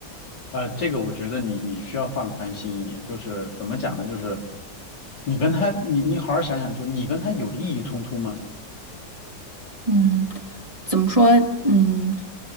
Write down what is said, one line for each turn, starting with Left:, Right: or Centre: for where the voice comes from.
Left: 啊、这个我觉得你你需要放宽心一点，就是怎么讲呢，就是你跟他你你好好想想，就你跟他有利益冲突吗？
Right: 嗯，怎么说？嗯。